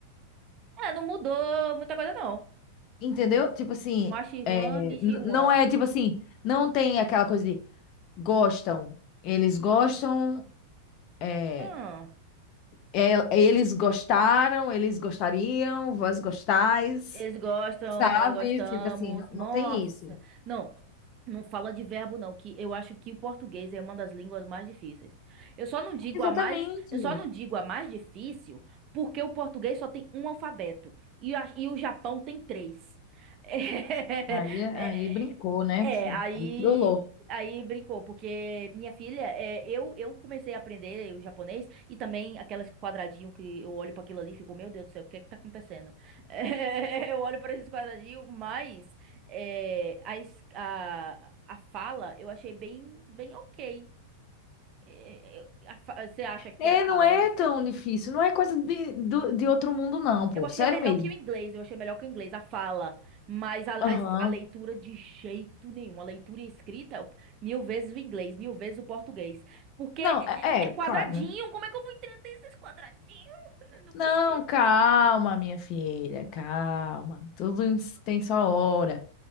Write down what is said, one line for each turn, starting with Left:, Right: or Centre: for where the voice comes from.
Right: É, não mudou muita coisa, não.
Left: Entendeu? Tipo assim,
Right: Moshi Juan,
Left: é,
Right: Michi
Left: n-
Right: Juan.
Left: não é tipo assim, não tem aquela coisa de gostam. Eles gostam, é,
Right: Hum.
Left: é, eles gostaram, eles gostariam, vós gostais,
Right: Eles gostam,
Left: sabe?
Right: nós gostamos.
Left: Tipo assim, não, não
Right: Nossa.
Left: tem isso.
Right: Não, não fala de verbo, não, que eu acho que o português é uma das línguas mais difíceis. Eu só não digo
Left: Exatamente.
Right: a mais, eu só não digo a mais difícil porque o português só tem um alfabeto e, a- e o Japão tem três. <laughs>
Left: Aí, é-
Right: É, é,
Left: aí brincou, né,
Right: É,
Left: filho?
Right: aí
Left: Aí trollou.
Right: aí brincou, porque minha filha, é, eu eu comecei a aprender o japonês e também aqueles quadradinho que eu olho para aquilo ali e fico, meu Deus do céu, o que é que tá acontecendo? <laughs> É, eu olho para esses quadradinhos, mas é, a, es- a, a fala eu achei bem bem ok. É, eu- a fa- Você acha que
Left: É,
Right: a fala
Left: não é tão difícil, não é coisa de, do- de outro mundo, não, pô.
Right: Eu achei
Left: Sério
Right: melhor
Left: mesmo.
Right: que o inglês, eu achei melhor que o inglês, a fala. Mas a, a,
Left: Aham.
Right: a leitura de jeito nenhum. A leitura e escrita, mil vezes o inglês, mil vezes o português. Porque
Left: Não,
Right: é
Left: é,
Right: é
Left: é,
Right: quadradinho.
Left: claro, né?
Right: Como é que eu vou entender esses quadradinhos? Eu não
Left: Não,
Right: consigo.
Left: calma, minha filha, calma. Tudo em- tem sua hora.